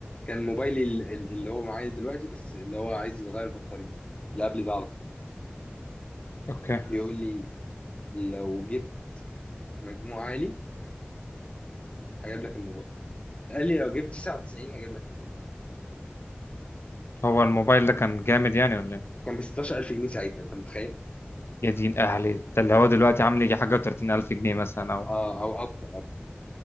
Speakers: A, on the left (about 30°); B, on the left (about 75°).
A: كان موبايلي ال- ال- اللي هو معايا دلوقتي بس اللي هو عايز يتغير بطاريته اللي قبل ده على طول
B: اوكي
A: بيقول لي لو جبت مجموع عالي هجيب لك الموبايل قال لي لو جبت 99 هجيب لك الموبايل
B: هو الموبايل ده كان جامد يعني ولا ايه
A: كان ب 16000 جنيه ساعتها انت متخيل
B: يا دين اهلي ده اللي هو دلوقتي عامل يجي حاجه و30000 الف جنيه مثلا او
A: اه او اكتر اكتر